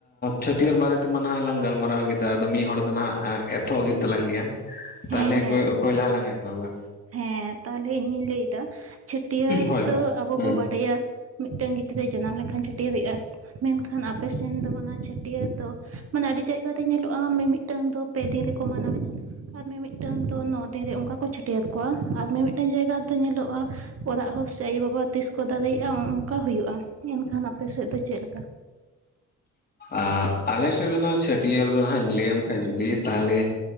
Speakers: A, on the left (about 30°); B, on the right (about 50°).
A: ᱪᱷᱟᱹᱴᱭᱟᱹᱨ ᱵᱟᱨᱮ ᱛᱮᱢᱟ ᱱᱟᱦᱟᱜ ᱞᱟᱝ ᱜᱟᱞᱢᱟᱨᱟᱣ ᱠᱮᱫᱟ, ᱟᱫᱚ ᱢᱤᱫ ᱦᱚᱲ ᱫᱚ ᱱᱟᱦᱟᱜ ᱮᱛᱚᱦᱚᱵ ᱦᱩᱭᱩᱜ ᱛᱟᱞᱟᱝ ᱜᱮᱭᱟ᱾
B: <inaudible>
A: ᱛᱟᱦᱞᱮ ᱚᱠᱚᱭ
B: ᱦᱮᱸ
A: ᱚᱠᱚᱭ ᱞᱟᱦᱟᱞᱟᱝ ᱮ ᱦᱚᱵᱽᱼᱟ?
B: ᱦᱮᱸ ᱛᱟᱦᱞᱮ ᱤᱧᱤᱧ ᱞᱟᱹᱭ ᱮᱫᱟ, ᱪᱷᱟᱹᱴᱭᱟᱹᱨ
A: ᱦᱳᱭ
B: ᱛᱚ ᱟᱵᱚ
A: ᱦᱩᱸ
B: ᱵᱚ ᱵᱟᱰᱟᱭᱟ ᱢᱤᱫᱴᱟᱝ ᱜᱤᱫᱽᱨᱟᱹᱭ ᱡᱟᱱᱟᱢ ᱞᱮᱱᱠᱷᱟᱱ ᱪᱷᱟᱹᱴᱭᱟᱹᱨ ᱨᱮᱼᱟᱜ ᱢᱮᱱᱠᱷᱟᱱ ᱟᱯᱮ ᱥᱮᱱ ᱫᱚ ᱚᱱᱟ ᱪᱷᱟᱹᱴᱭᱟᱹᱨ ᱫᱚ ᱢᱟᱱᱮ ᱟᱹᱰᱤ ᱡᱟᱭᱜᱟ ᱨᱮ ᱧᱮᱞᱚᱜᱼᱟ, ᱢᱤᱢᱤᱫᱴᱟᱝ ᱫᱚ ᱯᱮ ᱫᱤᱱ ᱨᱮᱠᱚ ᱢᱟᱱᱟᱣᱮ ᱟᱨ ᱢᱤᱢᱤᱫᱴᱟᱝ ᱫᱚ ᱱᱚ ᱫᱤᱱ ᱨᱮ ᱚᱱᱠᱟ ᱠᱚ ᱪᱷᱟᱴ ᱭᱟᱹᱨ ᱠᱚᱣᱟ ᱟᱨ ᱢᱤᱢᱤᱫᱴᱟᱝ ᱡᱟᱭᱜᱟ ᱨᱮ ᱫᱚ ᱧᱮᱞᱚᱜᱼᱟ᱾ ᱚᱲᱟᱜ ᱦᱚᱲ ᱥᱮ ᱟᱭᱳᱼᱵᱟᱵᱟ ᱛᱤᱥ ᱠᱚ ᱫᱟᱲᱮᱭᱟᱜᱼᱟ᱾ ᱚᱱᱠᱟ ᱦᱩᱭᱩᱜᱼᱟ᱾ ᱮᱱᱠᱷᱟᱱ ᱟᱯᱮ ᱥᱮᱫ ᱫᱚ ᱪᱮᱫ ᱞᱮᱠᱟ?
A: ᱟᱨ ᱟᱞᱮ ᱥᱮᱫ ᱫᱚ ᱦᱟᱸᱜ ᱪᱷᱟᱹᱴᱭᱟᱹᱨ ᱨᱮᱫᱚ ᱦᱟᱸᱜ ᱤᱧ ᱞᱟᱹᱭᱟᱢ ᱠᱷᱟ ᱡᱩᱫᱤ ᱛᱟᱦᱞᱮ